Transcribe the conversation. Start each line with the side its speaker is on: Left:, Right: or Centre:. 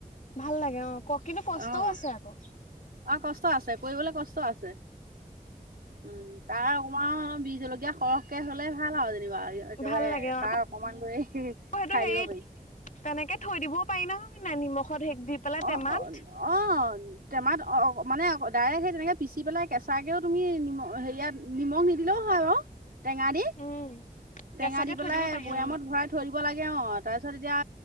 Left: ভাল লাগে অ। ক কিন্তু কষ্টও
Right: অঁ!
Left: আছে আকৌ
Right: অ কষ্ট আছে, কৰিবলৈ কষ্ট আছে। উম! তাৰ অকণমান বিহ জলকীয়া সৰহকে হ'লে ভাল আৰু যেনিবা। একেবাৰে
Left: ভাল লাগে অ আকৌ
Right: তাৰ অকমান লৈ খাই
Left: সেইটো হেৰি
Right: দিব পাৰি।
Left: তেনেকে থৈ দিব পাৰি নহয় নিমখত হেক দি। পেলাই
Right: অ-অ!
Left: টেমাত
Right: অঁ! টেমাত অ মানে ডাইৰেক্ট সেই তেনেকে পিচি পেলাই কেঁচাকেও তুমি নিমখ হেৰিয়াত নিমখ নিদিলেও হয় বাও। টেঙা দি।
Left: উম
Right: টেঙা
Left: কেঁচাকে
Right: দি পেলাই
Left: থৈ দিব পাৰি
Right: বৈয়ামত
Left: অ
Right: ভৰাই থৈ দিব লাগে অঁ। তাৰপিছত এতিয়া